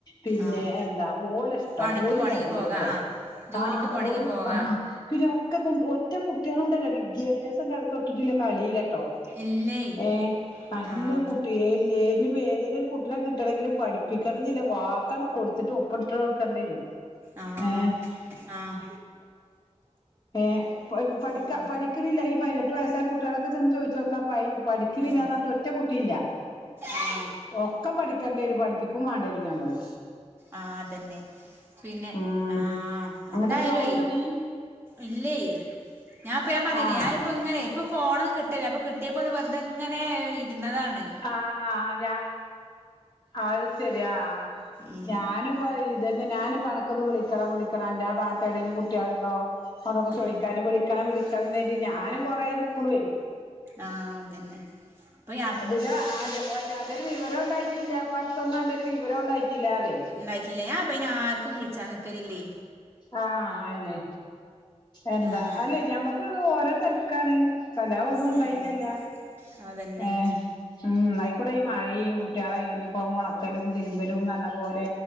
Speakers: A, on the left; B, on the right.
A: പിന്നെ
B: ആഹ്
A: എന്താ ഓല ഇഷ്ടം
B: പണിക്ക്
A: ഓ
B: പോണെങ്കി
A: തിരഞ്ഞെടുക്കുക
B: പോകാ ആഹ് ജോലിക്ക്
A: ആ
B: പോണെങ്കി പോകാ
A: ആ പിന്നെ ഒക്കെ കൊ ഒറ്റ കുട്ടികള കൊണ്ടല്ലോ വിദ്യാഭ്യാസം ക തൊട്ടട്ടില്ല ട്ടോ
B: ഇല്ലേ
A: ഏ നല്ല
B: ആഹ്
A: കുട്ട ഇല്ല ഇനിയിപ്പ ഏതങ്കലും ഒരു കുട്ടിനെിട്ടണെങ്കിലും പഠപ്പ പ്പിക്കണന്നില്ല വാക്കാണ് കൊടുത്തിട്ട് ഒപ്പിട്ട് വടുക്കേണ്ടി വരും.
B: ആഹ്
A: ഏഹ്
B: ആഹ്
A: ഏ പഠിക്ക
B: ഉം
A: പഠിക്കുന്നില്ല ഈ പതിനെട്ട് വയസ്സായ കുട്ടി കുട്ടികളൊക്കെ ചെന്ന് ചോദിച്ച നോക്ക പ പഠിക്കുന്നില്ലന്ന്ഞ്ഞട്ട്
B: ഉം
A: ഒറ്റ കുട്ടിയില്ല.
B: ആഹ്
A: ഒക്കെ പഠിക്കേണ്ടരും പഠിപ്പിക്കും വേണ്ടേും നഞമ്മള്.
B: ആ അതന്നെ പിന്നെ
A: ഉം
B: ആ
A: എന്നിട്ട്
B: എന്തായാലോ
A: ചോറുന്നടി
B: ഇല്ലേ ഞാൻപ്പൊ ഞാൻ പറഞ്ഞില്ലേ
A: ആഹ്
B: ഞാനിപ്പ ഇങ്ങനെ ഇപ്പൊ പോോണന്ന് കിട്ടില്ലേ അപ്പൊ കിട്ടിയപ്പോ വെറുതെ ഇങ്ങ ങ്ങനെ ഇരുന്നതാണ്.
A: ആഹ് ആഹ് ഞ അത് ശരിയാ
B: ഉം
A: ഞാനും. പ്പൊ ഇതന്നെ ഞാന്പണക്കൊന്ന് വിളിക്കണം വിളിക്കണം അന്റെ ഭാഗത്തെ എവിടെേലും കുട്ടികളുണ്ടോ അന്നൊക്കെ ചോദിക്കും
B: ഉം
A: വിളിക്കണം വിളിക്കണംന്ന് കര്ത്തി ഞാനും കൊറേ നിക്കണഒയ്.
B: ആഹ അതന്നെ അപ്പ
A: പിന്ന അന്റൊരു വിവരോം ണ്ടായിട്ടില്ല ഇപ്പോടതൊന്നും അന്റെരു വിവരം ഉണ്ടായിട്ടില്ല അറേ.
B: ഉണ്ടായിട്ടില്ല ഞാപ്പയ്നെ ആർക്കും വിളിച്ചാൻ നിക്കലില്ലേ.
A: ആഹ അന്നെ എന്താ
B: ആഹ്
A: അല്ലെ ഞമ്മക്ക് ഓരോ തിരക്കാണ്. അല്ലവ ഒന്നും ഉണ്ടായിട്ടല്ല
B: ഉം അതന്നെ
A: ഏ ഉം അയിക്കൂടെ ഈ മഴയും കുട്ടികളെ യൂണിഫോം ഒണക്കലും തിരുമ്പലും നന്ന പോലെ